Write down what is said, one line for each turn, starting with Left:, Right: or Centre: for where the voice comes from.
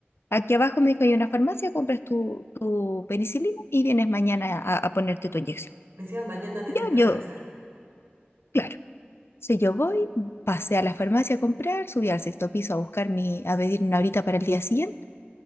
Left: Aquí abajo me dijo, hay una farmacia, compras tu, tu penicilina y vienes mañana a, a ponerte tu inyección.
Right: Encima mañana tenías
Left: Yo,
Right: que
Left: yo,
Right: regresar.
Left: claro. Entonces yo voy, pasé a la farmacia a comprar, subí al sexto piso a buscar mi, a pedir una horita para el día siguiente